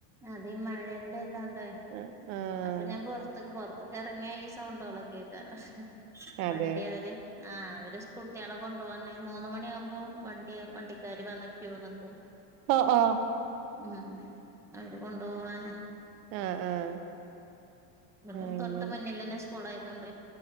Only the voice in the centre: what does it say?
അതീ മഴേന്റെ ഇതോണ്ട്
അപ്പൊ ഞാൻ പൊർത്ക്ക് പൊർത്ക്ക് എറങ്ങിയാ ഈ സൗണ്ട് കളൊക്കെ അയ്ക്കാരം
വണ്ടി അവര് ആഹ് അവര് സ്കൂൾട്ട്യാളെ കൊണ്ട് വന്ന് മൂന്ന് മണിയാഉമ്പോ വണ്ടി വണ്ടിക്കാര് വന്ന് ക്യു നിക്കും
ഉം അവര് കൊണ്ടോവാന്
വടെ
തൊട്ട മുന്നിലന്നെ സ്കൂൾ ആയതൊണ്ട്